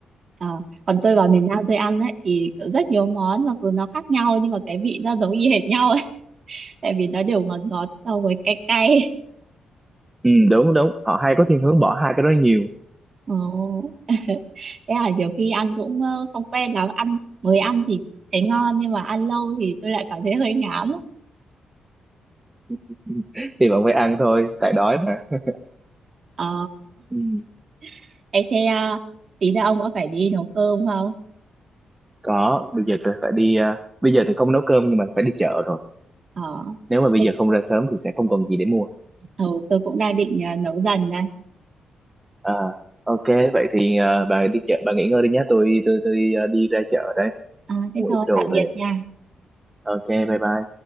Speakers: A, on the right; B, on the right.
A: Ờ, còn tôi vào miền Nam tôi ăn ấy thì rất nhiều món mặc dù nó khác nhau nhưng mà cái vị nó giống y hệt nhau tại vì nó đều ngọt ngọt so với cay cay
B: ừ, đúng đúng họ hay có thiên hướng bỏ hai cái đó nhiều
A: Ồ. <laughs> thế là nhiều khi ăn cũng ờ, không quen lắm ăn mới ăn thì thấy ngon nhưng mà ăn lâu thì tôi lại cảm thấy hơi ngán á.
B: <laughs> thì bạn phải ăn thôi tại đói mà
A: ờ
B: Ừ.
A: <laughs> thế thế à, tí nữa ông có phải đi nấu cơm không
B: có bây giờ tôi phải đi à, bây giờ thì không nấu cơm nhưng mà phải đi chợ rồi
A: ờ
B: nếu mà bây
A: thế,
B: giờ không ra sớm thì sẽ không còn gì để mua
A: ừ, tôi cũng đang định ờ, nấu dần đây
B: à, ok vậy thì à, bà đi chợ bà nghỉ ngơi đi nhé tôi tôi tôi à, đi ra chợ đây
A: à, thế
B: mua
A: thôi
B: ít đồ
A: tạm biệt
B: về
A: nha
B: ok bye bye